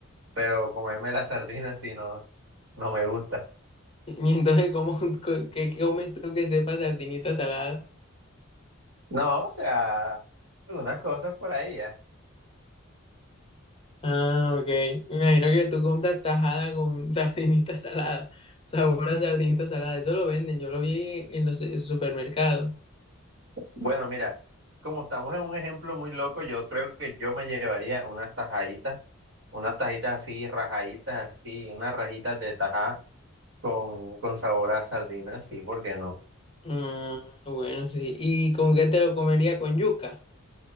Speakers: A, on the right; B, on the left.
A: pero comerme la sardina así no, no me gusta.
B: <laughs> Y entonces, ¿cómo, <laughs> co- qué qué comes tú que sepa sardinita salada?
A: No, o sea, algunas cosas por ahí ya.
B: Ah, ok. Me imagino que tú compras tajada con <laughs> sardinita salada. Sabor a sardinita salada. Eso lo venden. Yo lo vi en los eh, supermercados.
A: Bueno, mira, como estamos en un ejemplo muy loco, yo creo que yo me llevaría unas tajaditas, unas tajitas así, rajaditas así, unas rajitas de tajá con, con sabor a sardina, sí, ¿por qué no?
B: Ah, bueno, sí. ¿Y con qué te lo comería? ¿Con yuca?